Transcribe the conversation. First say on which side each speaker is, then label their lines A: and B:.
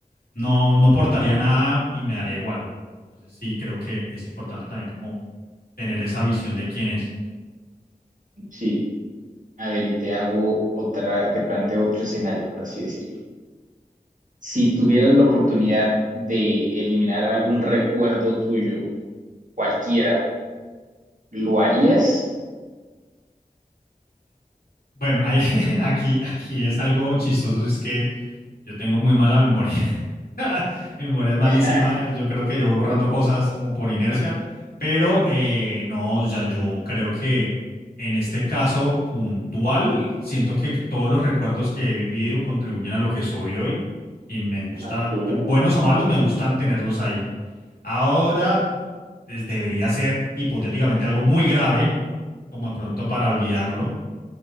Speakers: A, on the left; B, on the right.
A: no, no portaría nada y me daría igual. Entonces, sí creo que es importante también como tener esa visión de quién es.
B: sí, a ver, y te hago otra, te planteo otro escenario, por así decirlo. Si tuvieras la oportunidad de eliminar algún recuerdo tuyo, cualquiera, ¿lo harías?
A: Bueno, hay- <laughs> aquí, aquí es algo chistoso, es que yo tengo muy mala memoria. <laughs> Mi memoria es malísima,
B: <laughs>
A: yo creo que yo voy borrando cosas como por inercia, pero eh, no, o sea, yo creo que en este caso puntual, siento que todos los recuerdos que he vivido contribuyen a lo que soy hoy y me gusta,
B: Ok.
A: buenos o malos, me gustan tenerlos ahí. Ahora, pues, debería ser hipotéticamente algo muy grave, como de pronto para olvidarlo